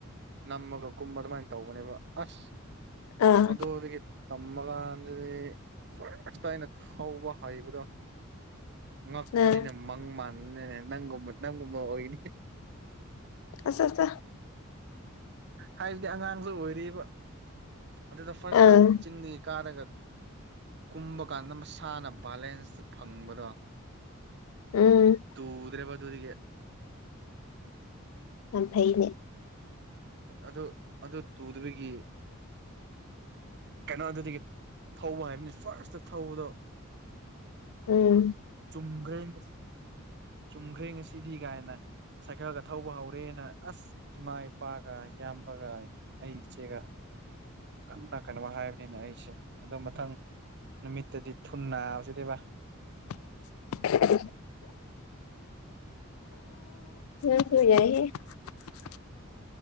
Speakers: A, on the right; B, on the left.
A: ꯅꯝꯃꯒ ꯀꯨꯝꯕ ꯑꯗꯨꯃꯥꯏꯅ ꯇꯧꯧꯕꯅꯦꯕ ꯑꯁ
B: ꯑꯥ
A: ꯃꯗꯨꯗꯒꯤ ꯇꯝꯃ ꯀꯥꯟꯗꯗꯤꯇꯥꯏꯅ ꯍꯧꯕ ꯍꯩꯕꯗꯣ ꯉꯛꯄꯅꯤꯅ
B: ꯑꯥ
A: ꯃꯪ ꯃꯥꯟꯅꯤꯅ ꯅꯪꯒꯨꯝꯕ ꯅꯪꯒꯨꯝꯕ ꯑꯣꯏꯅꯤ
B: ꯑ ꯑ
A: ꯍꯥꯏꯕꯗꯤ ꯑꯉꯥꯡꯁꯨ ꯑꯣꯏꯔꯤꯕ ꯑꯗꯨꯗ ꯐꯥꯔꯁꯇ
B: ꯑꯥ
A: ꯆꯤꯡꯗꯒꯤ ꯀꯥꯔꯒ ꯀꯨꯝꯕ ꯀꯥꯟꯗ ꯃꯁꯥꯅ ꯕꯦꯂꯦꯟꯁꯇꯨ ꯐꯪꯕꯗꯣ
B: ꯎꯝ
A: ꯇꯨꯗꯔꯦꯕ ꯇꯨꯗꯤꯒꯦ
B: ꯌꯥꯝ ꯐꯩꯅꯦ
A: ꯑꯗꯨ ꯑꯗꯨ ꯇꯨꯗꯕꯒꯤ ꯀꯩꯅꯣ ꯑꯗꯨꯗꯒꯤ ꯊꯧꯕ ꯍꯥꯏꯕꯅꯤ ꯐꯥꯔꯁꯇ ꯊꯧꯕꯗꯣ
B: ꯎꯝ
A: ꯆꯨꯝꯈ꯭ꯔꯦ ꯉꯁꯤꯗꯤ ꯆꯨꯝꯈ꯭ꯔꯦ ꯉꯁꯤꯗꯤ ꯀꯥꯏꯅ ꯁꯥꯏꯀꯜꯒ ꯊꯧꯕ ꯍꯧꯔꯦꯅ ꯑꯁ ꯏꯃꯥ ꯏꯄꯥꯒ ꯏꯌꯥꯝꯕꯒ ꯑꯩ ꯏꯆꯦꯒ ꯀꯟꯅ ꯀꯩꯅꯣ ꯍꯥꯏꯕꯅꯤꯅꯦ ꯑꯩꯁꯦ ꯑꯗꯨꯣ ꯃꯊꯪ ꯅꯨꯃꯤꯠꯇꯗꯤ ꯊꯨꯅꯥ ꯁꯤꯗꯕ
B: <unintelligible> ꯌꯥ <unintelligible>